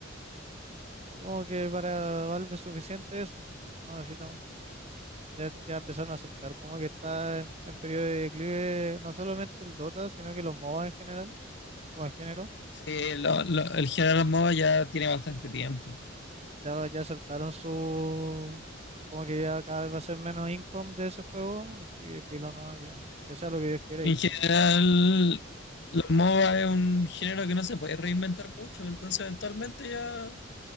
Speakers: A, on the right; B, on the left.
A: Como que para Valve es suficiente eso. No necesitamos. Ya, ya empezaron a aceptar como que está en, en periodo de declive no solamente el Dota, sino que los MOBA en general, como el género.
B: Sí, lo- lo- el general MOBA ya tiene bastante tiempo.
A: Ya, lo- ya aceptaron su... Como que ya cada vez va a ser menos income de ese juego, así que filo, no, ya. Que sea lo que Dios quiera
B: En
A: y chao.
B: general,
A: <laughs>
B: los MOBA es un género que no se puede reinventar mucho, entonces eventualmente ya